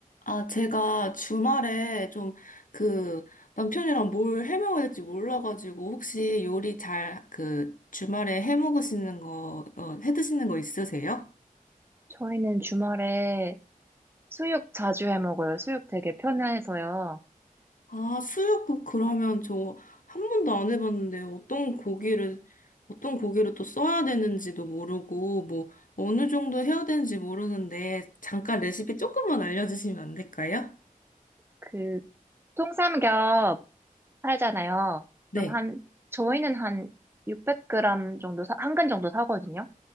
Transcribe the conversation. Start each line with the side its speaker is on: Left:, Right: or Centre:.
Left: 아, 제가 주말에 좀 그 남편이랑 뭘 해먹어야 될지 몰라가지고 혹시 요리 잘 그 주말에 해먹으시는 거, 어, 해드시는 거 있으세요?
Right: 저희는 주말에 수육 자주 해 먹어요. 수육 되게 편해서요.
Left: 아, 수육국 그러면 저 한 번도 안 해봤는데 어떤 고기를, 어떤 고기를 또 써야 되는지도 모르고 뭐 어느 정도 해야 되는지 모르는데 잠깐 레시피 조금만 알려주시면 안 될까요?
Right: 그 통삼겹 팔잖아요.
Left: 네.
Right: 그럼 한 저희는 한 600g 정도 사, 한 근 정도 사거든요.